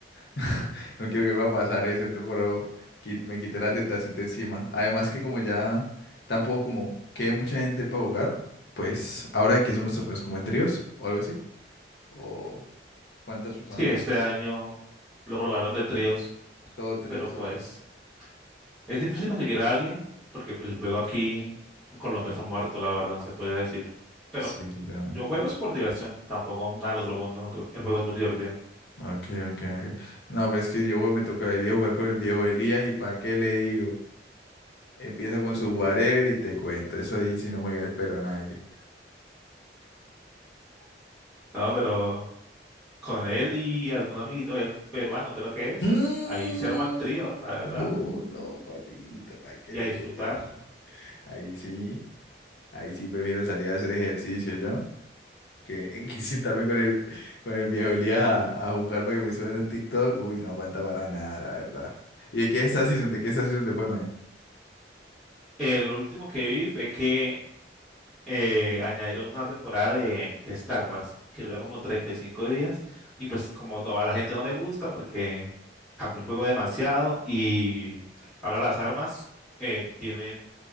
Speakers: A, on the left; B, in the centre.
A: <laughs> No quiero que me va a pasar eso, entonces pero qui- me quité la tentación de encima. Además que como ya tampoco como quede mucha gente para jugar, pues ahora que son los torneos como en tríos o algo así, o cuántas personas
B: Sí, este
A: son,
B: año lo lograron de tríos,
A: todo tríos,
B: pero pues...
A: todo tríos.
B: Es difícil conseguir a alguien porque pues, el juego aquí en Colombia está muerto, la verdad, se puede decir. Pero
A: Sí, literalmente.
B: yo juego es por diversión, tampoco nada del otro mundo. El juego es muy divertido.
A: Ok, ok, ok. No, pues es que yo güey, me tocaría jugar con el viejo Elías y para qué le digo. Empieza con su whatever y te cuento. Eso ahí si no juega espero a nadie.
B: No, pero con él y algún amiguito de él peruano, creo que
A: Mm,
B: es, ahí se arma el trío, la verdad,
A: No, no, papita, ¿para qué
B: y
A: le
B: a disfrutar.
A: digo que Ahí sí, ahí sí prefiero salir a hacer ejercicio yo que, <laughs> que sentarme con el, con el viejo Elías a, a jugar para que me suene un TikTok. Uy, no aguanta para nada, la verdad. ¿Y de qué es esta season? ¿De qué es esta season de Fortnite?
B: Eh, lo último que vi fue que eh, añadieron una temporada de, de Star Wars que dura como 35 días y pues como todo, a la gente no le gusta porque cambió el juego demasiado y ahora las armas eh, tienen